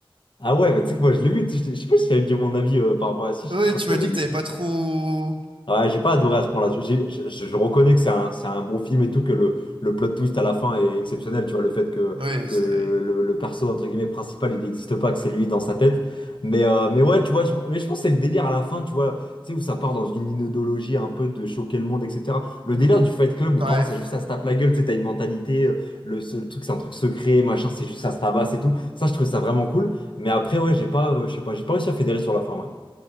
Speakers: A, on the left (about 60°); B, on the right (about 65°).
A: Ah ouais, mais tu sais que moi je l'ai vu, tu sais, je t'ai- je sais pas si j'avais dit mon avis euh, par rapport à si, je
B: Oui,
A: crois
B: tu
A: que je te
B: m'as
A: l'avais
B: dit
A: dit.
B: que t'avais pas trop.
A: Ouais, j'ai pas adoré à ce point-là. J'ai- Je, je- je reconnais que c'est un, c'est un bon film et tout, que le, le plot twist à la fin est exceptionnel. Tu vois, le fait que,
B: Oui,
A: que
B: c'est.
A: le,
B: oui.
A: le perso, entre guillemets, principal, il n'existe pas, que c'est lui dans sa tête. Mais, euh, mais ouais, tu vois, je, mais je pense que c'est le délire à la fin, tu vois, tu sais, où ça part dans une inodologie un peu de choquer le monde, etc. Le délire du Fight Club, où vraiment,
B: Ouais.
A: c'est juste ça se tape la gueule, tu sais, t'as une mentalité, euh, le, ce- le truc, c'est un truc secret, machin, c'est juste ça se tabasse et tout. Ça, je trouvais ça vraiment cool. Mais après, ouais, j'ai pas, euh, je sais pas, j'ai pas réussi à fédérer sur la fin, ouais.